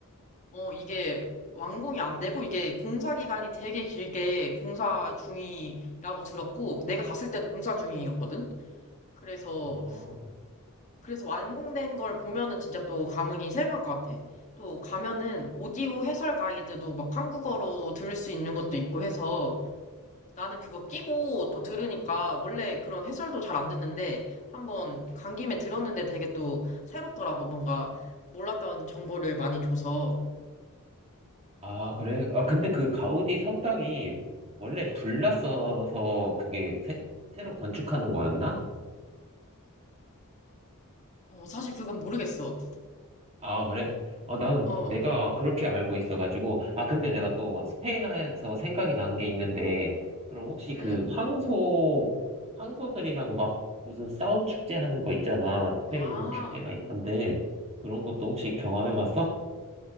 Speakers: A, on the left; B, on the right.
A: 어, 이게 완공이 안 되고 이게 공사 기간이 되게 길게 공사 중이라고 들었고 내가 갔을 때도 공사 중이었거든? 그래서,
B: 아,
A: 그래서 완공된 걸 보면은 진짜 또 감흥이 새로울 것 같아. 또 가면은 오디오 해설 가이드도 막 한국어로 들을 수 있는 것도 있고 해서 나는 그거 끼고 또 들으니까 원래 그런 해설도 잘 안 듣는데 한 번 간 김에 들었는데 되게 또 새롭더라고. 뭔가 몰랐던 정보를 많이 줘서.
B: 아, 그래? 아, 근데 그 가우디 성당이 원래 불났어서 그게 새, 새로 건축하는 거였나?
A: 어, 사실 그건 모르겠어.
B: 아, 그래? 아, 나는
A: 어,
B: 내가 그렇게 알고 있어가지고. 아, 근데 내가 또 스페인에서 생각이 난 게 있는데, 그럼 혹시
A: 음.
B: 그 황소, 황소들이랑 막 무슨 싸움 축제 하는 거 있잖아. 스페인
A: 아,
B: 축제가 있던데, 그런 것도 혹시 경험해봤어?